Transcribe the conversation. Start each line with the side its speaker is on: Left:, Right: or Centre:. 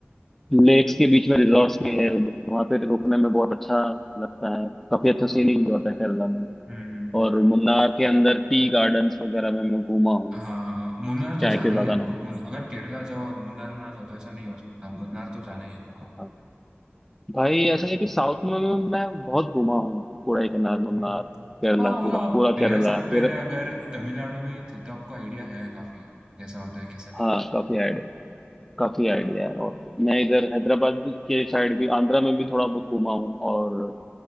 Centre: लेक्स के बीच में रिजॉर्ट्स भी है वहाँ पे रुकने में बहुत अच्छा लगता है काफी अच्छा सीनिक भी होता है केरला में
Right: हम्म हम्म,
Centre: और मुन्नार
Right: हम्म।
Centre: के अंदर टी गार्डन्स वगैरह में मैं घूमा हूँ
Right: हाँ मुन्नार तो
Centre: चाय
Right: जाना
Centre: के
Right: ही
Centre: बागानों
Right: है आपको
Centre: में
Right: मुन, अगर केरला जाओ और मुन्नार ना जाओ तो ऐसा नहीं हो सकता मुन्नार तो जाना ही है आपको
Centre: हाँ। भाई ऐसा है कि साउथ में मैं मैं बहुत घूमा हूँ कोडाईकनाल मुन्नार
Right: हम्म,
Centre: केरला
Right: हाँ मतलब
Centre: पूरा
Right: आप
Centre: पूरा
Right: तेरह
Centre: केरला
Right: साल पहले
Centre: फिर
Right: अगर तमिलनाडु में ही थे तो आपको आइडिया है काफी कैसा होता है कैसा नहीं
Centre: हाँ काफी आइडिया काफी आइडिया है और मैं इधर हैदराबाद के साइड भी आंध्रा में भी थोड़ा बहुत घूमा हूँ और